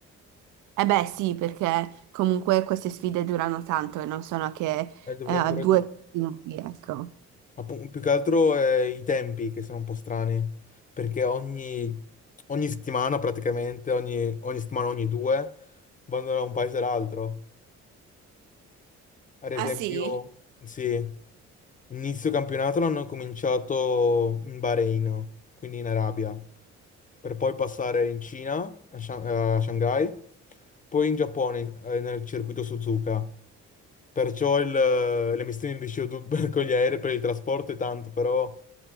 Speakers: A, on the right (about 80°); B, on the left (about 25°).
A: Eh beh, sì, perché comunque queste sfide durano tanto e non sono che
B: E dovrebbero...
A: eh, due
B: giu-
A: minuti, ecco.
B: appu- Più che altro eh, i tempi, che sono un po' strani, perché ogni, ogni settimana praticamente, ogni, ogni settimana, ogni due, vanno da un paese all'altro. Ad esempio,
A: Ah sì?
B: sì, inizio campionato l'hanno cominciato in Bahrain, quindi in Arabia, per poi passare in Cina, a, Shang- a Shanghai, poi in Giappone, eh, nel circuito Suzuka. Perciò il, eh, le emissioni di CO2 <laughs> con gli aerei per il trasporto è tanto, però